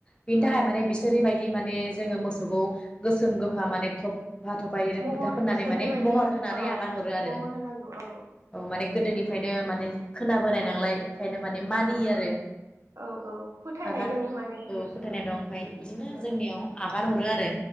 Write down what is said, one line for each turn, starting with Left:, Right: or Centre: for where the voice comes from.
Left: बिनि थाखाय
Right: अ
Left: माने बिसोरनि माय- दि माने जोङो मोसौखौ गोसोम गोफा
Right: अ
Left: माने थफा थफा
Right: महर
Left: फोथा फोननानै
Right: बिसोरनि
Left: माने
Right: बायदि
Left: महर होनानै
Right: अ
Left: आगान हरो आरो
Right: महर होनांगौ औ
Left: औ माने गोदोनि ओंखायनो माने खोनाबोनाय
Right: अ
Left: नालाय ओंखायनो माने मानियो
Right: अ
Left: आरो
Right: औ औ फोथायनायदों
Left: आगार
Right: माने
Left: फोथायनाय
Right: ओ
Left: दं ओमफाय बिदिनो
Right: ओ
Left: जोंनियाव हगारहरो आरो